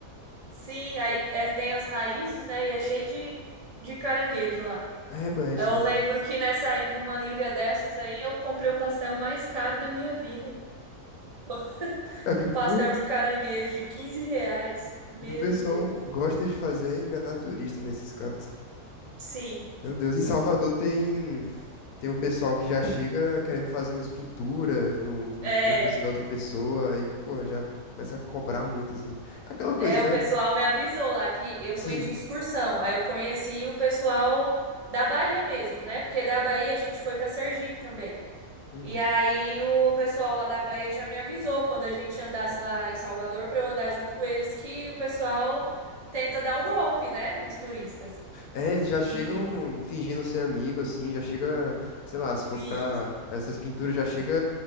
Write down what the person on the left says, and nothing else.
É, pô, é isso
aí.
É que,
pô,
o que o pessoal
gosta de fazer é enganar turista nesses cantos.
Meu Deus, em Salvador tem tem um pessoal que já chega querendo fazer umas pinturas no, no
corpo assim da outra pessoa, aí pô, já começa a cobrar muito assim. Aquela coisa,
né?
Sim.
uhum.
É, eles
já chegam fingindo ser amigo assim, já chega, sei lá, se for
pra essas pinturas já chega